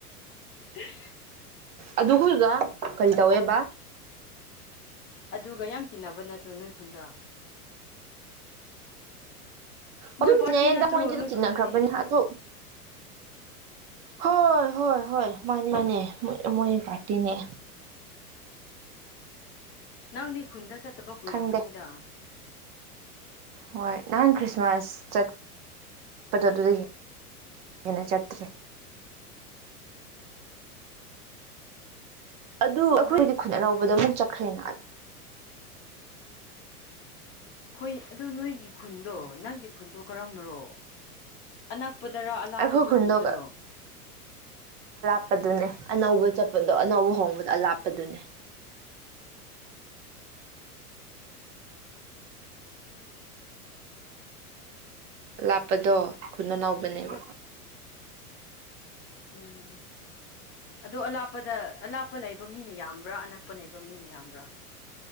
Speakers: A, on the left (about 25°); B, on the right (about 15°).
A: <inaudible>
B: ꯑꯗꯨꯈꯔꯒ ꯀꯔꯤ ꯇꯧꯋꯦꯕ
A: ꯑꯗꯨꯒ ꯌꯥꯝ ꯇꯤꯟꯅꯕ ꯅꯠꯇ꯭ꯔꯣ ꯅꯣꯏ ꯈꯨꯟꯗ ꯃꯣꯏ
B: ꯑꯗꯨꯝꯅꯦꯗ
A: ꯄꯥꯔꯇꯤ ꯅꯠꯇ꯭ꯔꯣ
B: ꯃꯣꯏꯗꯤ ꯑꯗꯨꯝ
A: ꯅꯣꯏ
B: ꯆꯤꯟꯅꯈ꯭ꯔꯕꯅꯤ
A: ꯈꯨꯟꯗꯗꯤ
B: ꯑꯗꯨ ꯍ ꯍꯣꯏ ꯍꯣꯏ ꯃꯥꯅꯦ ꯃꯥꯅꯦ ꯃꯣꯏ ꯄꯥꯇꯅꯦ
A: ꯅꯪꯗꯤ ꯈꯨꯟꯗ ꯆꯠꯇꯕ ꯀꯨꯏꯔꯝꯃꯅꯤꯗ
B: ꯈꯪꯗꯦ ꯍꯣꯏ ꯅꯍꯥꯟ ꯈ꯭ꯔꯤꯁꯃꯥꯁ ꯆꯠꯄꯗꯣ ꯑꯗꯨꯗꯒꯤꯟꯅ ꯍꯦꯟꯅ ꯆꯠꯇ꯭ꯔꯦ ꯑꯗꯨ ꯑꯩꯈꯣꯏꯕꯨꯗꯤ
A: ꯅꯣꯏ
B: ꯈꯨꯠꯅ ꯂꯧꯕꯗ ꯑꯃꯨꯛ ꯆꯈ꯭ꯔꯅꯥꯜ
A: ꯍꯣꯏ ꯑꯗꯣ ꯅꯣꯏꯒꯤ ꯈꯨꯟꯗꯣ ꯅꯪꯒꯤ ꯈꯨꯟꯗ ꯀꯔꯝꯕꯅꯣ ꯑꯅꯛꯄꯗꯔꯥ ꯑꯂꯥꯞꯄꯗꯨꯒꯤꯗꯨꯔꯣ
B: ꯑꯩꯈꯣꯏ ꯈꯨꯟꯗꯣ ꯂꯥꯞꯄꯗꯨꯅꯦ ꯑꯅꯧꯕ ꯆꯠꯄꯗꯣ ꯑꯅꯧꯕ ꯍꯣꯡꯕꯗ ꯂꯥꯞꯄꯗꯨꯅꯦ ꯂꯥꯞꯄꯗꯣ ꯈꯨꯅ ꯅꯕꯅꯦꯕ
A: ꯎꯝꯍꯨꯝ ꯎꯝ ꯑꯗꯣ ꯑꯂꯥꯞꯄꯗ ꯑ ꯂꯥꯞꯄ ꯂꯩꯕ ꯃꯤꯅ ꯌꯥꯝꯕ꯭ꯔꯥ ꯅꯅ ꯑꯣꯣꯛꯄ ꯅꯩꯕ ꯃꯤꯅ ꯌꯥꯝꯕ꯭ꯔꯥ